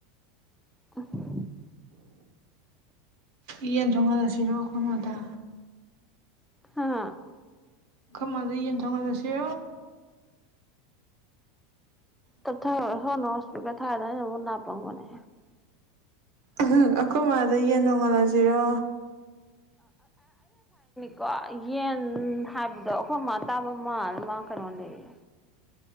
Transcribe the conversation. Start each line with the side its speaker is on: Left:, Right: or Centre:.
Centre: ꯑ
Right: ꯏꯍꯟ ꯊꯉꯜꯁꯤꯔꯣꯈꯣꯏꯃꯗꯥ
Centre: ꯍꯥꯥ
Right: ꯈꯃꯗ ꯌꯦꯟ ꯊꯣꯡꯉꯂꯁꯣ
Centre: ꯇ ꯍꯣꯅ ꯀ ꯊꯥꯗ ꯃ ꯅꯅꯥ ꯄꯥꯎꯒꯅꯦ
Right: ꯎ ꯑꯩꯈꯣꯏ ꯃꯥꯗꯩ ꯌꯦꯟ ꯊꯣꯡꯉꯜꯂꯁꯤꯔꯣ
Centre: ꯀꯣ ꯌꯦꯟ ꯍꯥꯏꯕꯗꯣ ꯑꯩꯈꯣꯏ ꯃꯥ ꯇꯥꯕ ꯃꯥꯜ ꯃꯥ ꯀꯩꯅꯣ ꯂꯩꯌꯦ